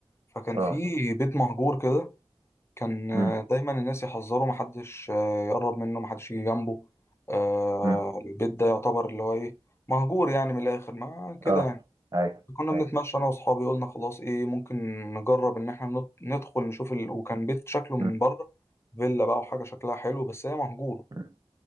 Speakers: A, on the left (about 25°); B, on the right (about 40°).
A: فكان
B: اه
A: في بيت مهجور كده كان آه،
B: مم.
A: دايما الناس يحذروا محدش آه، يقرب منه محدش يجي جنبه آه،
B: مم.
A: البيت ده يعتبر اللي هو ايه مهجور يعني من الاخر ما كده
B: اه
A: يعني
B: اي
A: كنا بنتمشى
B: اي
A: انا واصحابي قلنا خلاص ايه ممكن نجرب ان احنا نط- ندخل نشوف ال... وكان بيت شكله من
B: مم.
A: بره فيلا بقى وحاجة شكلها حلو بس هي مهجورة
B: مم.